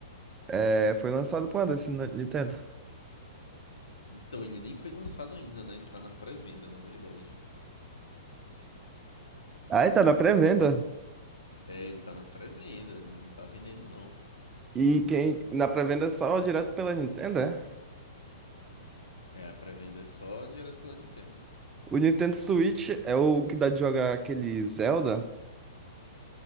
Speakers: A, on the right; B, on the left.
A: É, foi lançado quando esse Ni- Nintendo?
B: Então, ele nem foi lançado ainda, né? Ele tá na pré-venda, na verdade.
A: Ah, tá na pré-venda.
B: É, ele tá na pré-venda, ele não tá vendendo não.
A: E quem na pré-venda é só direto pela Nintendo, é?
B: É, a pré-venda é só direto pela Nintendo.
A: O Nintendo Switch é o que dá de jogar aquele Zelda?